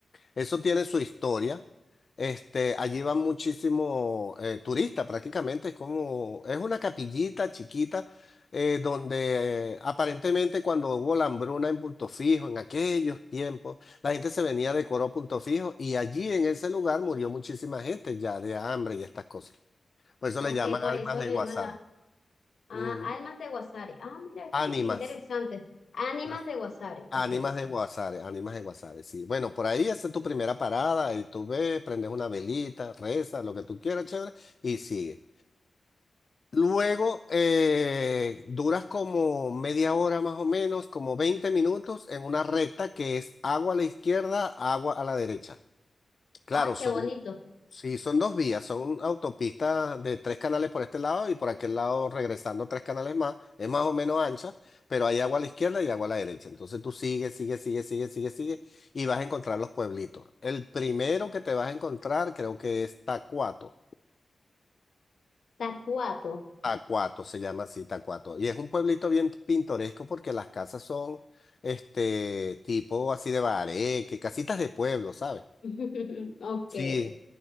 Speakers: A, on the left (about 45°); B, on the left (about 70°).
A: Eso tiene su historia. Este, allí van muchísimos turistas, prácticamente es como, es una capillita chiquita, eh, donde eh, aparentemente cuando hubo la hambruna en Punto Fijo, en aquellos tiempos, la gente se venía de Coro a Punto Fijo y allí en ese lugar murió muchísima gente ya de hambre y estas cosas. Por eso
B: Ok,
A: le llaman
B: por
A: ánimas
B: eso
A: de
B: le
A: Guasare.
B: llaman la Ah,
A: Ujú.
B: almas de Guasari. Ah, mira,
A: Ánimas.
B: sí, qué interesante. Ánimas
A: las
B: de Guasari, ok.
A: Ánimas de Guasare, ánimas de Guasare, sí. Bueno, por ahí esa es tu primera parada, y tú ves, prendes una velita, rezas, lo que tú quieras, chévere, y sigue. Luego eh, duras como media hora más o menos, como 20 minutos en una recta que es agua a la izquierda, agua a la derecha. Claro,
B: Ay, qué
A: son,
B: bonito.
A: sí, son dos vías, son autopistas de tres canales por este lado y por aquel lado regresando tres canales más. Es más o menos ancha, pero hay agua a la izquierda y agua a la derecha. Entonces tú sigues, sigues, sigues, sigues, sigues, sigues y vas a encontrar los pueblitos. El primero que te vas a encontrar creo que es Tacuato.
B: Tacuato.
A: Tacuato se llama así, Tacuato. Y es un pueblito bien pintoresco porque las casas son este tipo así de bareque, casitas de pueblo, ¿sabes?
B: <laughs> Ok.
A: Sí.